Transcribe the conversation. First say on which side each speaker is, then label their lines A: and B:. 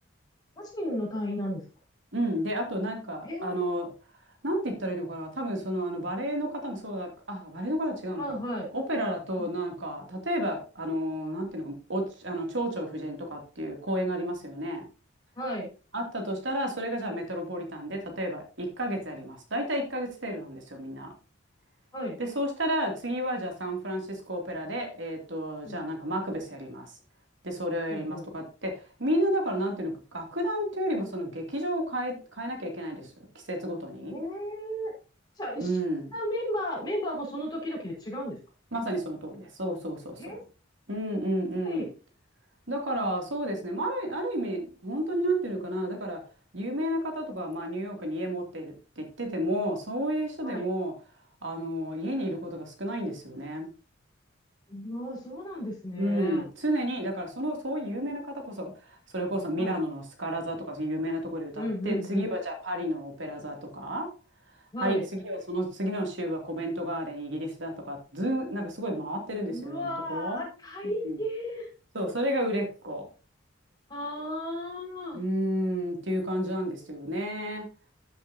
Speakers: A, on the left; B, on the right.
A: 個人の単位なんですか
B: うん。で、あとなんか、
A: えー、
B: あの、なんて言ったらいいのかな。多分その、あの、バレエの方もそうだ、あ、バレエの方は違うのか。
A: はいはい。
B: オペラだと、
A: うん、
B: なんか、例えば、あの、なんていうのか、お、あの、蝶々夫人とかっていう公演がありますよね。
A: はい、
B: あったとしたら、それがじゃあメトロポリタンで、例えば1ヶ月やります。大体1ヶ月程度なんですよ、みんな。
A: はい。
B: で、そうしたら、次はじゃあサンフランシスコオペラで、えっと、
A: うん、
B: じゃあなんかマクベスやります。で、それをやりますとかって、
A: ほうほ
B: みんなだからなんていうのか、楽団っていうよりもその劇場を変え、変えなきゃいけないんですよ。季節ごとに。
A: う。えー、じゃあ一緒なメンバー、
B: うん。
A: メンバーもその時々で違うんですか
B: まさにその通りです。そうそうそうそう。
A: えー、面
B: うんうんうん。
A: 白い。
B: だからそうですね、まあ、ある、ある意味本当になんていうのかなだから有名な方とか、まあ、ニューヨークに家持ってるって言っててもそういう人でもあの家にいることが少ないんですよね。
A: はい。まあ、そうなんですね。
B: うん、常にだからそのそういう有名な方こそそれこそミラノのスカラ座とかそういう有名なところで歌って次はじゃあパリのオペラ座とか
A: はい。うん、うん、うん。はい。
B: はい次はその次の週はコメントガーデンイギリスだとかずんなんかすごい回ってるんですよいろんなとこ。
A: うわー、大変。
B: うん、そうそれが売れっ子。
A: ああ。
B: うーんっていう感じなんですよね。